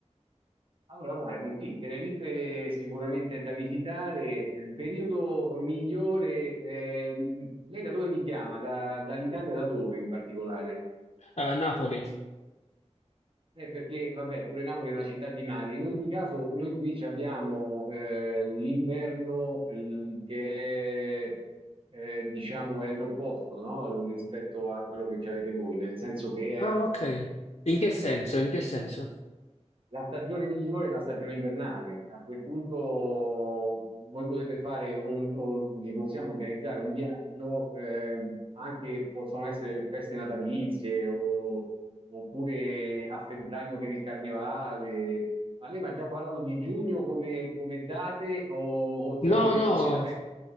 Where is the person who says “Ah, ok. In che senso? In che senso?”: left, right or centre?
Left